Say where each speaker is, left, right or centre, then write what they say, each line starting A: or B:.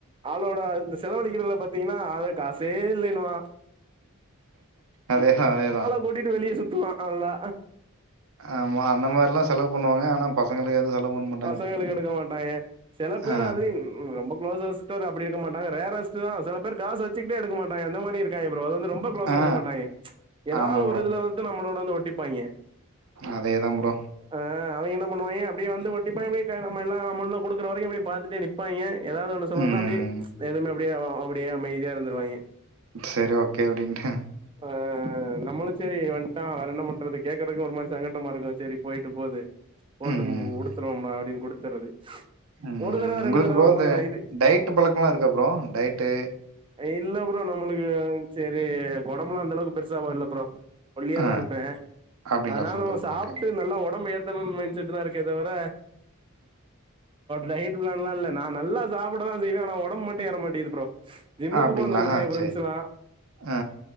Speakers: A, on the right; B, on the right.
A: ஆளோட இந்த செலவழிக்கிறதுல பாத்தீங்கன்னா ஆளே காசே இல்லைனுவா
B: அதேதா அதேதா
A: கூட்டிட்டு வெளிய சுத்துவா நல்லா
B: ஆமா அந்த மாரிலா செலவு பண்ணுவாங்க ஆனா பசங்களுக்கு எதுவு செலவு பண்ண மாட்டாங்க
A: பசங்களுக்கு எடுக்க மாட்டாய்ங்க சில பேர்
B: ஆ
A: அதுல ரொம்ப குளோஸ்சஸ் அப்டிருக்க மாட்டாங்க ரேரர்ஸ்டு தா சில பேர் காசு வச்சு க்கிட்டே எடுக்க மாட்டாங்க அந்த மாதிரி இருக்காங்க ஃப்ரோ அது வந்து ரொம்ப க்ளோஸா
B: ஆ,
A: இருக்க மாட்டாய்ங்க ஏதாவது
B: ஆமா
A: ஒரு இதுல வந்து நம்மளோட வந்து ஒட்டிப்பாங்க
B: அதேதா ஃப்ரோ
A: ஆ அவுங்க என்ன பண்ணுவாய்ங்க அப்டியே வந்து ஒட்டிப்பாங்க அப்டியே நம்மல்லா அமௌண்ட் குடுக்குற வரைக்கு அப்டியே பாத்துட்டு நிப் ப்பாய்ங்க ஏதாவது ஒன்னு சொல்லனுனா
B: ம்
A: அப்டியே எதுவுமே அப்டியே அப்டியே அமைதியா இருந்துருவாய்ங்க
B: செரி ஓகே அப்டின்ட்டு
A: ஆ ஆ நம்மளு செரி வந்டான் வேற என்ன பண்றது கேக்குறக்கு ஒரு மாதிரி சங்கட்டமாருக்கு செரி போய்ட்டு போகுது போட்டு
B: ம்
A: உடுத்துறவோ அப்டின் குடுத்துறது
B: ம்
A: ஒரு தடவ
B: உங்களுக்கு
A: ரெண்டு தடவ
B: ப்ரோ இந்த
A: பண்லா இது
B: டயட் பழக்கம்லா இருக்கா ப்ரோ? டயட்டு
A: இல்ல ஃப்ரோ நம்ளுக்கு செரி உடம்பெல்லா அந்த அளவுக்கு பெருசாவால்ல ஃப்ரோ ஒல்லியா
B: ஆ
A: தாருப்பே
B: அப்டிங்களா
A: அதனால
B: சூப்பர்
A: நம்ம
B: ப்ரோ
A: சாப்டு
B: ஓகே.
A: நல்லா ஒடம்பு ஏத்தணுனு மைன் சொட்டு தா இருக்கே தவிர டயட்லல்லா இல்ல நா நல்லா சாப்டதா செய்வே ஆனா ஒடம்ப மட்டு ஏற மாட்டேங்குது ஃப்ரோ ஜிம்முக்கு
B: அப்டிங்களா
A: போன்னு சொன்னாய்ங்க ஏ ஃப்ரெண்ட்ஸ்
B: சரி.
A: எல்லா
B: ஆ